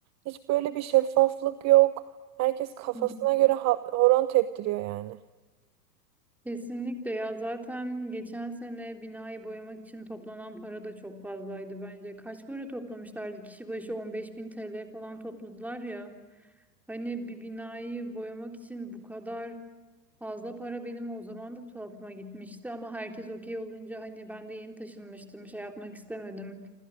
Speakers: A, on the right; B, in the centre.
A: Hiç böyle bir şeffaflık yok. Herkes kafasına
B: Hı.
A: göre ha- horon teptiriyor yani.
B: Kesinlikle ya zaten geçen sene binayı boyamak için toplanan para da çok fazlaydı bence. Kaç para toplamışlardı? Kişi başı 15 bin TL falan topladılar ya. Hani bir binayı boyamak için bu kadar Fazla para benim o zaman da tuhafıma gitmişti ama herkes okey olunca hani ben de yeni taşınmıştım şey yapmak istemedim.